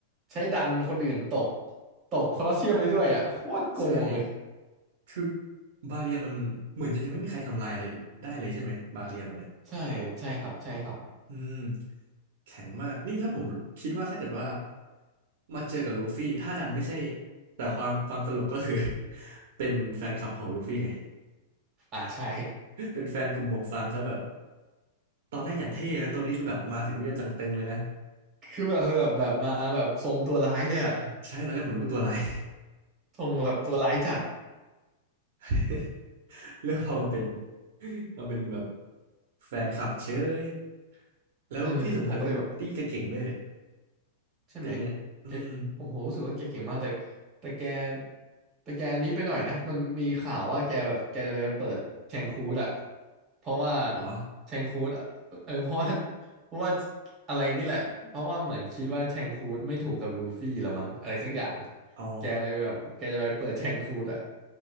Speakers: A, on the right; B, on the right.
A: ใช้ดันคนอื่นตกตกคอลอสเซียมได้ด้วยอ่ะโคตรโกงเลย
B: ใช่คือบาเรียมันเหมือนจะยังไม่มีใครทำลายเลยได้เลยใช่ไหมบาเรียมันเนี่ย
A: ใช่ใช่ครับใช่ครับ
B: อืมแข็งมากนี่ถ้าผมคิดว่าถ้าเกิดว่ามาเจอกับลูฟี่ถ้าดันไม่ใช่แต่ความความตลกก็คือ <laughs> เป็นแฟนคลับของลูฟี่ไง
A: อ่าใช่
B: <laughs> เป็นแฟนกลุ่มหมวกฟางซะแบบ ตอนแรกอย่างเท่นะตัวนี้คือแบบมาถึงเรียกจังตึงเลยนะ
A: <laughs> คือแบบแบบแบบมาแบบทรงตัวร้ายเลยอ่ะ
B: ใช่ตอนแรกผมนึกว่าตัวร้าย
A: ทรงแบบตัวร้ายจัด
B: <laughs> เลือกเอามาเป็นมาเป็นแบบแฟนคลับเชยแล้วที่สำคัญคือตี้แกเก่งด้วยเลย
A: เออผมก็เลยแบบ ใช่ไหม
B: ตี้เนี่ยอืม
A: แกผมผมรู้สึกว่าแกเก่งมาก แต่แต่แกแต่แกอันนี้ไปหน่อยนะ มันมีข่าวว่าแกแบบแกจะไปเปิดแชงคูดอะเพราะว่า
B: เหรอ
A: แชงคูดอะเออเพราะว่าเพราะว่าอะไรนี่แหละ เพราะว่าเหมือนคิดว่าแชงคูดไม่ถูกกับลูฟี่ละมั้งอะไรสักอย่าง
B: อ๋อ
A: แกเลยแบบแกจะไปเปิดแชงคูดอะ